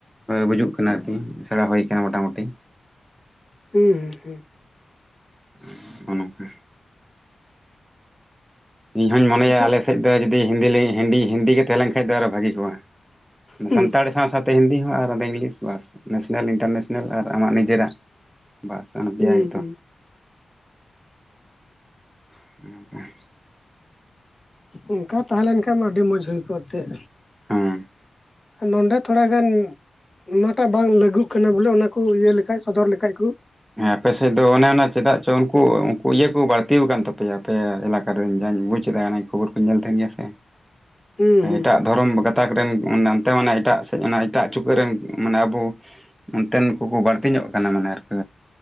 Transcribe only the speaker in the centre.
ᱵᱩᱡᱩᱜ ᱠᱟᱱᱟ ᱟᱨ ᱠᱤ ᱥᱮᱬᱟ ᱦᱩᱭ ᱟᱠᱟᱱᱟ ᱢᱚᱴᱟᱢᱩᱴᱤ
<unintelligible> ᱤᱧ ᱦᱚᱧ ᱢᱚᱱᱮᱭᱟ
ᱟᱞᱮ ᱥᱮᱫ ᱫᱚ ᱡᱩᱫᱤ ᱦᱤᱱᱫᱤ ᱜᱮ ᱛᱟᱦᱮᱸ ᱞᱮᱱ ᱠᱷᱟᱱ ᱫᱚ ᱟᱨᱦᱚᱸ ᱵᱷᱟᱹᱜᱤ ᱠᱚᱜᱼᱟ
ᱥᱟᱱᱛᱟᱲ ᱥᱟᱶ ᱥᱟᱶᱛᱮ ᱦᱤᱱᱫᱤ ᱦᱚᱸ ᱟᱨ ᱟᱫᱚ ᱤᱝᱞᱤᱥ ᱵᱟᱥ ᱱᱮᱥᱱᱮᱞ ᱤᱱᱴᱟᱨᱱᱮᱥᱱᱮᱞ ᱟᱨ ᱟᱢᱟᱜ ᱱᱤᱡᱮᱨᱟᱜ ᱵᱟᱥ ᱡᱟᱦᱟᱱ ᱯᱤᱭᱟ
ᱜᱮᱛᱚ
<unintelligible>
ᱦᱩᱸ
ᱦᱮᱸ ᱟᱯᱮ ᱥᱮᱜ ᱫᱚ ᱚᱱᱮ ᱚᱱᱟ ᱪᱮᱫᱟᱜ ᱪᱚ ᱩᱱᱠᱩ ᱩᱱᱠᱩ ᱤᱭᱟᱹ ᱠᱚ ᱵᱟᱹᱲᱛᱤ ᱠᱟᱱ ᱛᱟᱯᱮᱭᱟ ᱟᱯᱮ ᱮᱞᱟᱠᱟ ᱚᱠᱟᱨᱤᱧ ᱡᱟᱧ ᱵᱩᱡᱽ ᱫᱟ ᱚᱱᱟ ᱠᱷᱚᱵᱚᱨ ᱠᱚᱧ ᱧᱮᱞ ᱛᱟᱦᱮᱱ ᱜᱮᱭᱟ ᱥᱮ
ᱮᱴᱟᱜ ᱫᱷᱚᱨᱚᱢ ᱜᱟᱛᱟ ᱨᱮᱱ ᱚᱱᱛᱮ ᱢᱟᱱᱮ ᱮᱴᱟᱜ ᱥᱮᱫ ᱚᱱᱟ ᱮᱴᱟᱜ ᱪᱩᱠᱟᱹᱜ ᱨᱮᱱ ᱢᱟᱱᱮ ᱟᱵᱚ ᱚᱱᱛᱮᱱ ᱠᱚᱠᱚ ᱵᱟᱹᱲᱛᱤ ᱧᱚᱜ ᱠᱟᱱᱟ ᱢᱟᱱᱮ ᱟᱨ ᱠᱤ